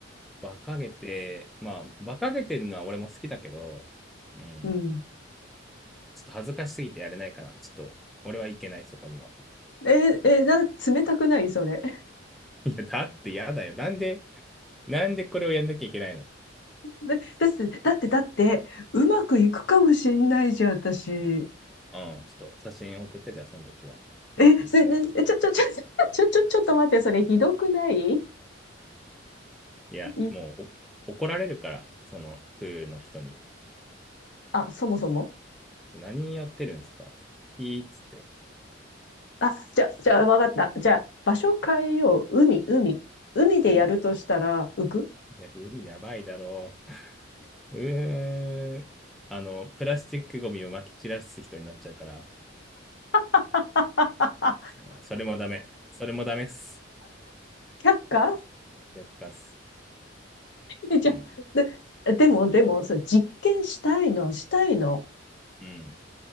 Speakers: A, in the centre; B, on the left.
A: 馬鹿げて、まあ、馬鹿げてるのは俺も好きだけど、うん。
B: うん。
A: ちょっと恥ずかしすぎてやれないかな。ちょっと、俺はいけない、そこには。
B: え、え、なんか冷たくないそれ。
A: いや、だってやだよ。なんで、なんでこれをやんなきゃいけないの
B: だ、だって、だって、だって、うまくいくかもしんないじゃん、私。
A: うん。ちょっと写真送って、じゃあ、その時は。
B: え、
A: うまくいったよ。
B: それねえ、ちょ、ちょ、ちょ、ちょ、ちょ、ちょっと待って、それひどくない
A: いや、
B: い、
A: もうお怒られるから、そのプールの人に。
B: あ、そもそも
A: 何やってるんですかってピーっつって、
B: あ、じゃ、じゃあ、わかった。じゃあ、場所変えよう。海、海。海でやるとしたら、
A: 海、い
B: 浮く
A: や、海やばいだろう。うーん、あの、プラスチックゴミを撒き散らす人になっちゃうから、
B: <laughs> あ、
A: うんそれもダメ。それもダメっす。
B: 却下
A: やっかっす。
B: えじゃ
A: うん、
B: あ、で、でも、でも、そう、実験したいの、したいの。
A: うん、